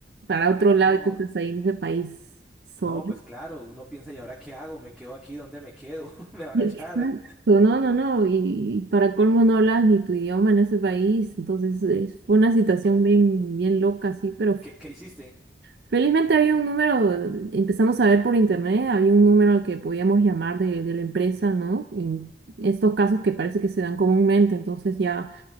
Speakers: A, on the right (about 65°); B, in the centre.
A: para
B: <laughs>
A: otro lado
B: no.
A: y tú estás ahí en ese país solo.
B: No, pues claro, uno piensa, ¿y ahora qué hago? ¿Me quedo aquí? ¿Dónde me quedo? <laughs> ¿Me van
A: Exacto.
B: a echar?
A: No, no, no. Y, para colmo no hablas ni tu idioma en ese país. Entonces, es- fue una situación
B: No.
A: bien, bien loca, sí, pero
B: ¿Y qué, qué hiciste?
A: Felizmente había un número, empezamos a ver por internet, había un número al que podíamos llamar de, de la empresa, ¿no? En estos casos que parece que se dan comúnmente, entonces ya